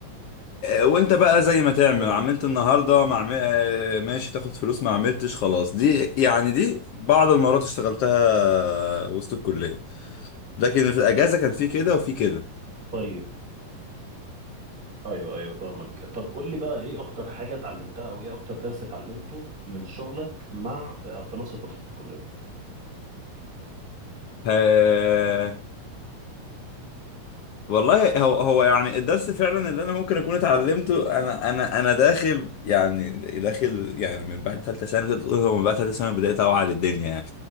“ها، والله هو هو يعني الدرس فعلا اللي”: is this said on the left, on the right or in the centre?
Left